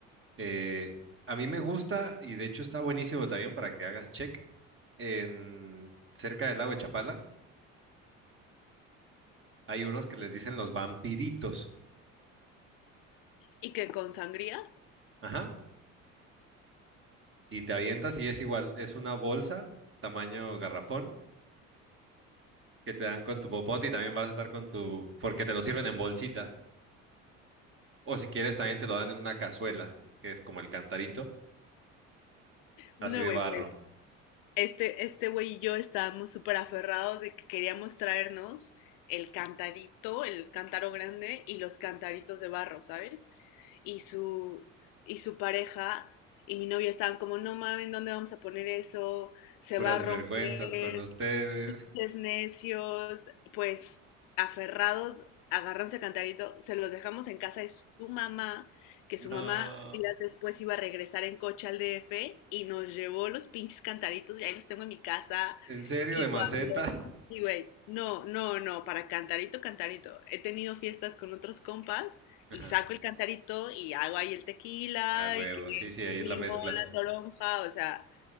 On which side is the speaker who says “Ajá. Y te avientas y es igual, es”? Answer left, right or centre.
Right